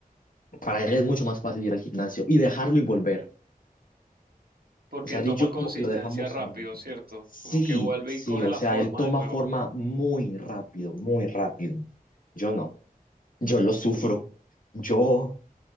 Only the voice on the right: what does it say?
Porque
toma
consistencia
rápido, ¿cierto?
Como que vuelve
y coge
la
forma
de nuevo.